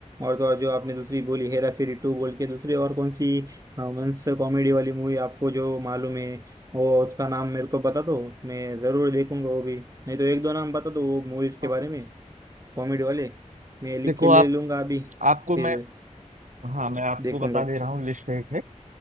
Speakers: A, on the right; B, on the right.
A: और तो और जो आपने दूसरी बोली हेरा फेरी टू बोल के दूसरी और कौन सी मीन्स कॉमेडी वाली मूवी आपको जो मालूम है वो उसका नाम मेरे को बता दो मैं जरूर देखूंगा वो भी नहीं तो एक दो नाम बता दो वो मूवीज के
B: हाँ।
A: बारे
B: <laughs>
A: में कॉमेडी वाले मैं लिख
B: देखो
A: के ले
B: आप
A: लूंगा अभी
B: आपको
A: फिर
B: मैं हाँ मैं आपको
A: देखूंगा
B: बता दे रहा हूँ लिस्ट एक है